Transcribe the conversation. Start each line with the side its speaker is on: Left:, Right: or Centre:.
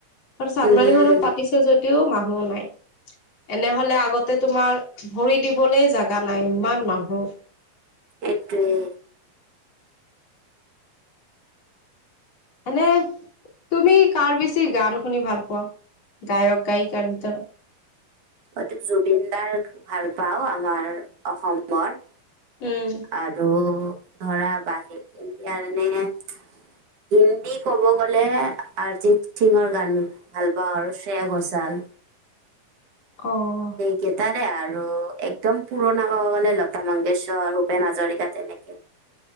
Left: আৰু চান্দমাৰী
Right: উম
Left: খনত পাতিছে যদিও মানুহ নাই। এনেহ'লে আগতে তোমাৰ ভৰি দিবলৈ জাগা নাই ইমান মানুহ।
Right: সেইটোয়ে,
Left: এনে তুমি কাৰ বেছি গান শুনি ভাল পোৱা, গায়ক-গায়িকাৰ ভিতৰত?
Right: মইতো জুবিন দাৰ ভাল পাও আমাৰ অসমৰ
Left: উম'।
Right: আৰু ধৰা বাহি ইণ্ডিয়াৰ এনে হিন্দী ক'ব গ'লে আৰজিত সিঙৰ গান ভাল পাওঁ আৰু শ্ৰেয়া ঘোছাল
Left: অহ'।
Right: কেইটাৰে আৰু একদম পুৰণা ক'ব গ'লে- লতামংগেশ্বৰ, ভূপেন হাজৰিকা তেনেকে <inaudible>